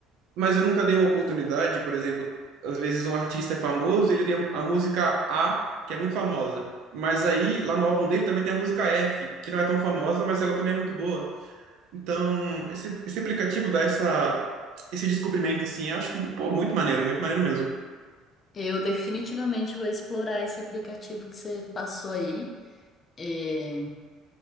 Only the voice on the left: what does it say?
Eu definitivamente vou explorar esse aplicativo que você passou aí. É,